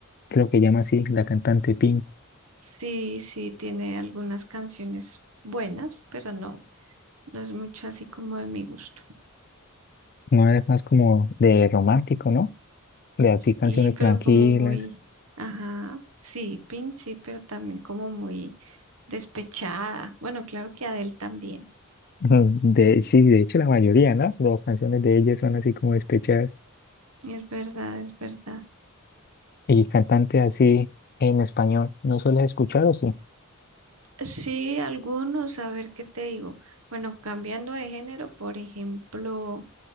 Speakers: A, on the left (about 45°); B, on the right (about 80°).
A: creo que llama así, la cantante Pink.
B: sí, sí tiene algunas canciones buenas, pero no, no es mucho así como de mi gusto.
A: No es más como de romántico, ¿no? de así canciones
B: Sí, pero
A: tranquilas.
B: como muy, ajá, sí, Pink sí, pero también como muy despechada. Bueno, claro que Adele también.
A: <laughs> Ujú, De, sí, de hecho la mayoría, ¿no? Las canciones de ellas son así como despechadas.
B: Es verdad, es verdad.
A: Y cantante así en español, ¿no sueles escuchar o sí?
B: Sí, algunos, a ver qué te digo. Bueno, cambiando de género, por ejemplo,